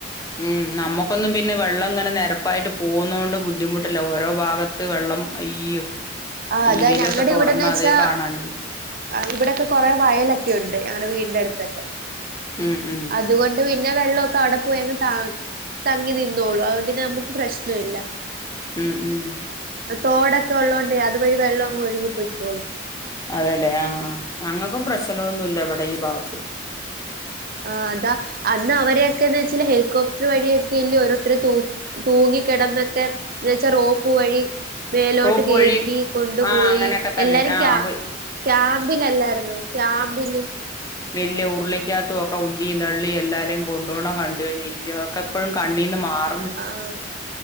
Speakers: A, on the left (about 20°); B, on the right (about 50°).
A: ഉം നമുക്ക് നമുക്കൊന്നും പിന്നെ വെള്ളം ഇങ്ങനെ നെരപ്പായിട്ട് പോവുന്നത് കൊണ്ട് ബുദ്ധിമുട്ടില്ല ഓരോ ഭാഗത്ത് വെള്ളം അയ്യോ
B: ആഹ്
A: ടിവിയിലൊക്കെ
B: അതാ ഞങ്ങടെ
A: തൊറന്നാ
B: ഇവിടെന്ന് വെച്ചാ
A: അതേ കാണാനുള്ളൂ.
B: ആഹ് ഇവിടെ ഒക്കെ കൊറേ വയലൊക്കെ ഉണ്ട് ഞങ്ങടെ വീടിന്റെ അടുത്തൊക്കെ
A: ഉം ഉം
B: അതുകൊണ്ട് പിന്നെ വെള്ളം ഒക്കെ അവിടെ പോയങ്ങ് താന്ന് തങ്ങി നിന്നോളും അതോണ്ടിന്നെ നമുക്ക് പ്രശ്നം ഇല്ല
A: ഉം ഉം
B: തോടൊക്കെ ഒള്ളോണ്ടേ അത്‌ വഴി വെള്ളം അങ്ങ് ഒഴുകി പോയ്ക്കോളും
A: അതേലേ ആഹ ഞങ്ങക്കും പ്രശ്നൊന്നുല്ല ഇവിടെ ഈ ഭാഗത്ത്
B: ആ അതാ അന്ന് അവരൊക്കെന്ന് വെച്ചല് ഹെലികോപ്റ്റർ വഴിയൊക്കെല്ല ഓരോരുത്തരെ തൂങ്ങി കെടന്നൊക്കെ എന്ന് വെച്ചാ റോപ്പ് വഴി മേലോട്ട്
A: റോപ്പ്
B: കേറ്റി
A: വഴിയും
B: കൊണ്ടു
A: ആഹ്
B: പോയി
A: അങ്ങനെയൊക്കെ തന്നെ.
B: എല്ലാരിം
A: ആഹ്
B: ക്യാമ്പിൽ
A: വെ
B: ക്യാമ്പിലല്ലായിരുന്നോ ക്യാമ്പില്
A: വല്ല്യ ഉരുളിക്കാത്തും ഒക്ക ഉന്തിയും തള്ളിയും എല്ലാരേം കൊണ്ടോണ കണ്ടഴിഞ്ഞാ അയ്യോ ക്കപ്പഴും കണ്ണീന്ന് മാറ
B: ആഹ്